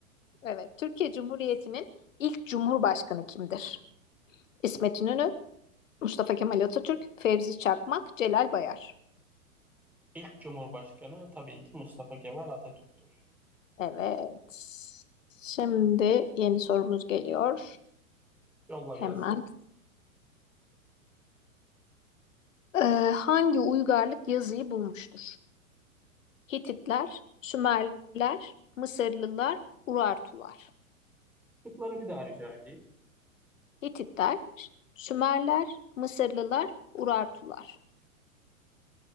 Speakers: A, on the left (about 65°); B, in the centre.
A: evet, Türkiye Cumhuriyeti'nin ilk cumhurbaşkanı kimdir? İsmet İnönü, Mustafa Kemal Atatürk, Fevzi Çakmak, Celal Bayar.
B: <laughs> İlk Cumhurbaşkanı tabii ki Mustafa Kemal Atatürk'tür.
A: Evet. Şimdi yeni sorumuz geliyor.
B: Yolla
A: Hemen.
B: gelsin.
A: Ee, hangi uygarlık yazıyı bulmuştur? Hititler, Sümerler, Mısırlılar, Urartular.
B: Şıkları bir daha rica edeyim.
A: Hititler, Sümerler, Mısırlılar, Urartular.